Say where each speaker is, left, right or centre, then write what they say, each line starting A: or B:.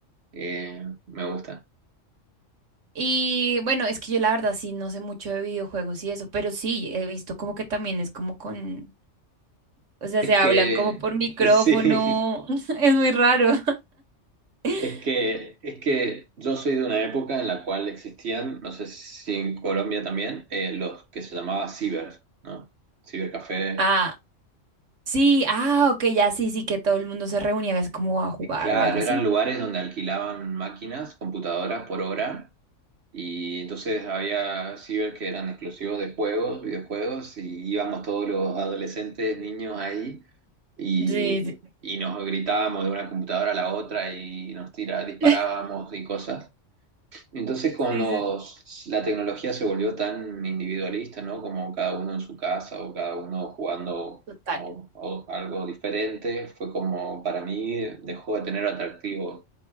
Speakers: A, on the right; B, on the right.
A: Eh, me gusta.
B: Y bueno, es que yo la verdad sí no sé mucho de videojuegos y eso, pero sí he visto como que también es como con, o sea,
A: Es
B: se hablan
A: que,
B: como por micrófono,
A: <laughs> sí,
B: <laughs> es muy raro. <laughs>
A: es que, es que yo soy de una época en la cual existían, no sé si en Colombia también, eh, los que se llamaba ciber, ¿no? Cibercafé.
B: Ah, sí, ah, ok, ya sí, sí, que todo el mundo se reunía, es como a jugar
A: Eh, claro,
B: o algo así.
A: eran lugares donde alquilaban máquinas, computadoras por hora Y entonces había ciber que eran exclusivos de juegos, videojuegos, y íbamos todos los adolescentes, niños ahí, y,
B: Sí, sí,
A: y nos gritábamos de una computadora a la otra y nos tira, disparábamos
B: <laughs>
A: y cosas. Entonces, cuando
B: sí, sí,
A: s- la tecnología se volvió tan individualista, ¿no? Como cada uno en su casa o cada uno jugando
B: total.
A: a un- a algo diferente, fue como para mí dejó de tener atractivo